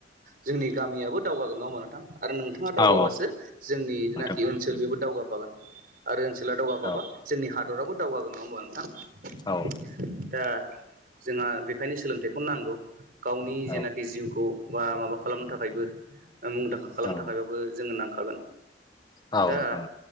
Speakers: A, on the right; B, on the left.
A: जोंनि गामियाबो दावगागोन नङा होमा नोंथां? आरो नोंथाङा दावगाबासो
B: औ
A: जोंनि जेनाखि
B: नोंथां
A: ओनसोल बेबो दावगाफागोन आरो ओन ला दावगाफाबा
B: औ
A: जोंनि हादराबो दावगागोन नङा होनबा नोंथां
B: औ
A: दा। जोंहा बेखायनो सोलोंथाइखौ नांगौ गावनि
B: औ
A: जेनाखि जिउखौ बा माबाखौ खालामनो थाखायबो मुंदांखा खालामनो
B: औ नोंथां औ
A: थाखायबाबो जोङो नांखागोन।
B: औ औ
A: दा
B: नोंथां